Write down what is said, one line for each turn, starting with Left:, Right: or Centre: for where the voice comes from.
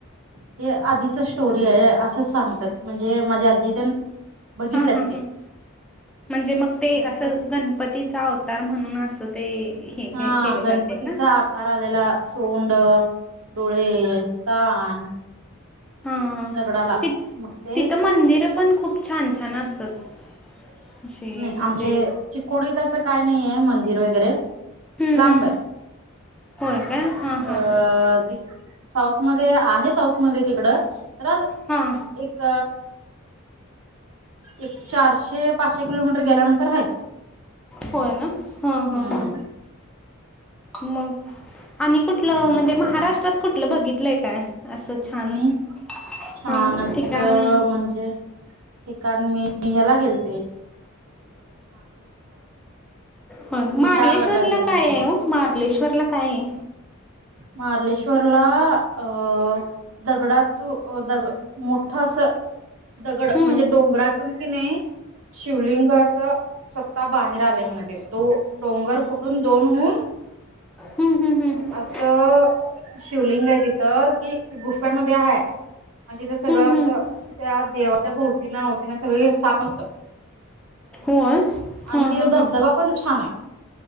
Right: हे आधीच स्टोरी आहे असं सांगतात म्हणजे माझ्या आजी त्या बघितलं
Centre: हां हां
Right: ते
Centre: हां म्हणजे मग ते
Right: तिथं
Centre: असं गणपतीचा अवतार म्हणून असं ते. हे
Right: हा
Centre: के केले
Right: गणपतीचा
Centre: जाते का?
Right: आकार आलेला सोंड. डोळे, कान.
Centre: हा
Right: दगडाला
Centre: ती
Right: मग ते
Centre: तिथं मंदिर पण खूप छान. असतात. अशी
Right: नाही
Centre: म्हणजे
Right: आमचे चीकोडीत असं काय नाहीये मंदिर वगैरे.
Centre: हम्म
Right: लांब
Centre: हम्म
Right: आहे
Centre: होय काय? हां हां
Right: अ त साऊथ मध्ये आहे साऊथ मध्ये तिकडं तर
Centre: हां
Right: एक एक चारशे पाचशे किलोमीटर गेल्यानंतर आहेत,
Centre: होय ना हां हां
Right: हम्म.
Centre: हां मग आणि कुठलं म्हणजे महाराष्ट्रात कुठलं बघितलंय काय? असं छान.
Right: मी छान
Centre: हां
Right: असं
Centre: ठिकाण
Right: म्हणजे ठिकाण मी ह्याला गेल
Centre: ह
Right: विशाळगडला
Centre: मार्लेश्वरला
Right: गेलते
Centre: काये ओ मार्लेश्वर पलं काये.
Right: मारलेश्वरला अ दगडात तू दग मोठ अस दगड
Centre: हम्म
Right: म्हणजे डोंगरातून कि नाही शिवलिंग असं सत्ता बाहेर आले म्हण ते दो डोंगर फुटून दोन होऊन.
Centre: हम्म हम्म हम्म.
Right: असं शिवलिंग आहे तिथं कि गुफांमध्ये हाय. आणि तिथं सगळं
Centre: हम्म
Right: असं
Centre: हम्म
Right: त्या देवाच्या भोवती ना अवती ना सगळी साप असतात.
Centre: होय?
Right: आणि
Centre: ह
Right: तिथे
Centre: ह
Right: धबधबा
Centre: ह.
Right: पण छान आहे